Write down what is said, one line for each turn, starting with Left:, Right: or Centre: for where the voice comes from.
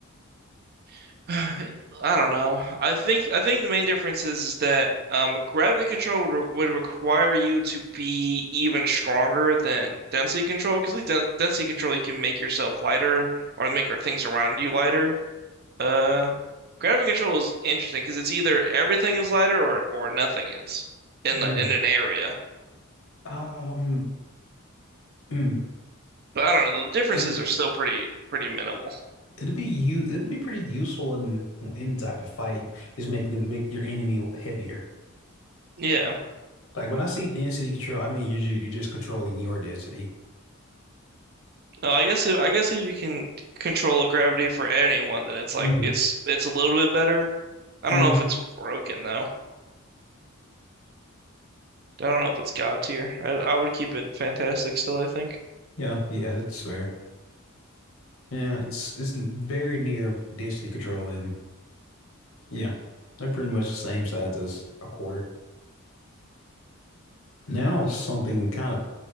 Right: <sighs> I don't know. I think I think the main difference is, is that um gravity control would, re- would require you to be even stronger than density control because with den- density control you can make yourself lighter or make your things around you lighter. Uh, gravity control is interesting because it's either everything is lighter or or nothing is in
Left: mm,
Right: the in an area.
Left: um, mm.
Right: But I don't know, the differences
Left: It
Right: are still pretty pretty minimal.
Left: it'd be you it'd be pretty useful in any type of fight. Just make them make your enemy heavier.
Right: Yeah.
Left: Like when I say density control, I mean you're you're just controlling your density.
Right: Uh, I guess if I guess if you can control the gravity for anyone, then it's like
Left: hmm
Right: it's it's a little bit better. I
Left: hmm
Right: don't know if it's broken though. I don't know if it's God tier. I, I would keep it fantastic still, I think.
Left: Yeah, yeah, that's fair. Yeah, it's it's very near density control, and yeah, they're pretty much the same size as a quarter. Now something kind of